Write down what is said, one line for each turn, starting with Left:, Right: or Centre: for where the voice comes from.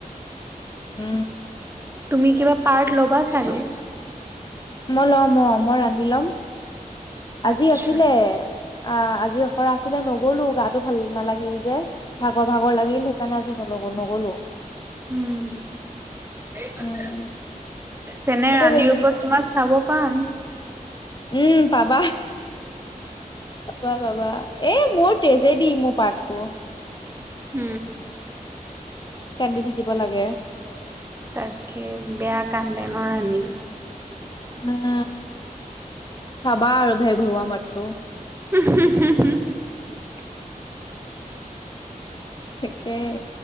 Left: উ।
Right: তুমি কিবা পাৰ্ট ল'বা চাগে?
Left: মই ল'ম অ' মই ৰাণী লম।
Right: আচ্ছা
Left: আজি আছিলে। আ আজি অখৰা আছিলে নগলো গাটো ভাল নালাগিল যে ভাগৰ ভাগৰ লাগিল হেকাৰণে যো নলগো, নগ'লো।
Right: উম, সেই তাতে।
Left: উম
Right: তেনে
Left: কেতিয়া
Right: ৰাণীৰ
Left: বেজি
Right: ওপৰত
Left: লয়
Right: তোমাক চাব পাম।
Left: উম পাবা, পাবা পাবা এই মোৰ তেজে দি মো পাৰ্টটো।
Right: হ।
Left: কান্দি থাকিব লাগে।
Right: তাকে বেয়া কান্দে নয় হেই।
Left: উম চাবা আৰু ভে ভেওৱা মাতটো।
Right: <inaudible>
Left: তাকে